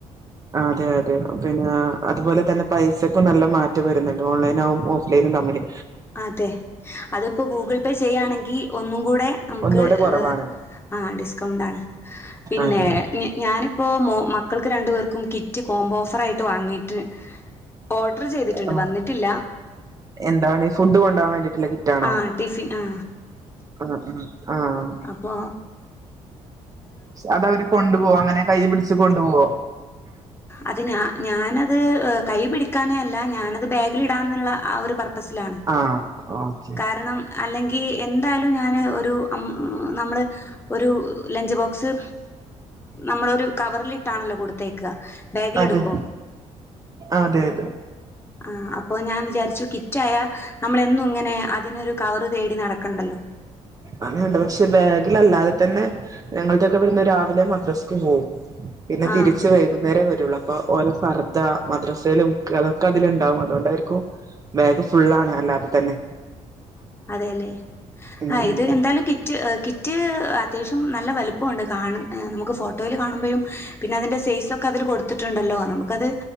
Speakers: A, on the right; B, on the left.
A: അതെ അതെ പിന്നി അത്പോലെ തന്നെ പൈസക്കും നല്ല മാറ്റം വര്ന്ന്ണ്ട് ഓൺലൈനാവും ഓഫ് ലൈനും തമ്മില്
B: അതെ അതിപ്പൊ ഗൂഗിൾ പെ ചെയ്യാണെങ്കി ഒന്നും കൂടെ നമ്ക്
A: ഒന്നൂടെ കുറവാണ്
B: ഏഹ് ആഹ് ഡിസ്കൗണ്ടാണ് പിന്നേ
A: അതെ
B: ഞാനിപ്പോ മോ മക്കൾക്ക് രണ്ട് പേർക്കും കിറ്റ് കോംമ്പൊ ഓഫറിയിട്ട് വാങ്ങീട്ട് ഓഡ്ര് ചെയ്തിട്ട്ണ്ട്
A: ആ
B: വന്നിട്ടില്ല
A: എന്താണ് ഈ ഫുഡ്ഡ് കൊണ്ടാവാ വേണ്ടി ല്ല കിറ്റാണൊ
B: ആ ടിഫിൻ ആ
A: ആഹ് ആഹ് ആഹ്
B: വാ
A: അതവര് കൊണ്ടുപോവൊ അങ്ങനെ കയ്യി പിടിച്ച് കൊണ്ടുപോവൊ
B: അത് ഞാ ഞാനത് ഏഹ് കയ്യി പിടിക്കാനല്ല ഞാനത് ബാഗിലിടാം എന്ന്ള്ള ആഹ് ഒര് പർപ്പസിലാണ്
A: ആഹ് ഓഹ്
B: കാര്ണം അല്ലെങ്കി എന്തായാലും ഞാന് ഒര് അം നമ്മള് ഒരു ലഞ്ച് ബോക്സ് നമ്മളൊരു കവറ്ല്ട്ടാണല്ലൊ കൊട് ത്തയക്ക ബാഗിലിടുമ്പൊ
A: അതെ അതെ അതെ
B: ആഹ് അപ്പൊ ഞാൻ വിജാരിച്ചു കിറ്റായ നമ്മളെന്നു ഇങ്ങനെ അതിനൊര് കവറ് തേടി നടക്കണ്ടല്ലൊ
A: അങ്ങന്ണ്ട് പക്ഷെ ബാഗിലല്ലാതെ തന്നെ ഞങ്ങൾതൊക്കെ ഇവിട്ന്ന് രാവിലെ മദ്രസ്ക്ക് പോവും പിന്നെ
B: ആഹ്
A: തിരിച്ച് വ ന്നേരെ വരൊള്ളു അപ്പൊ ഓല ഫർദ മദ്രസേലെ ബുക്ക് അതൊക്കെ അതില്ണ്ടാവും അതോണ്ടായ്ര്ക്കും ബാഗ് ഫുള്ളാണ് അല്ലാതെ തന്നെ
B: അതേല്ലെ.
A: ഉം
B: ആഹ്
A: ഉം
B: ഇത് എന്തായാലും കിറ്റ് ഏഹ് കിറ്റ് ഏഹ് അത്യാവശ്യം നല്ല വലിപ്പൊണ്ട് കാണ് നമുക്ക് ഫോട്ടോയില് കാണുമ്പഴും പിന്ന അതിൻ്റെ സൈസൊക്കെ അതില് കൊട് ത്ത്ണ്ടല്ലൊ നമുക്കത്